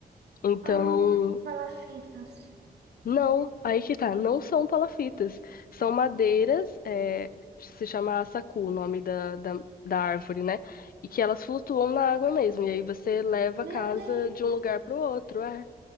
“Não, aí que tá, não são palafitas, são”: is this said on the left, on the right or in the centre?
Left